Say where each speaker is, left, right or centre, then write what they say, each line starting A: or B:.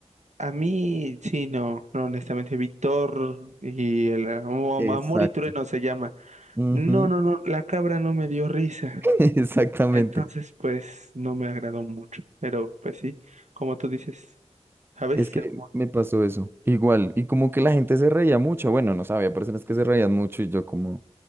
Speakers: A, on the right; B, on the right.
A: A mí, sí, no, no, honestamente, Víctor y el am-
B: Exacto.
A: Amor y Trueno se llama.
B: Ujú,
A: No, no, no, la cabra no me dio risa.
B: <laughs> Exactamente.
A: Entonces, pues, no me agradó mucho. Pero, pues sí, como tú dices, a veces
B: Es que
A: el humor
B: me pasó eso. Igual. Y como que la gente se reía mucho. Bueno, no sabía, personas que se reían mucho y yo como,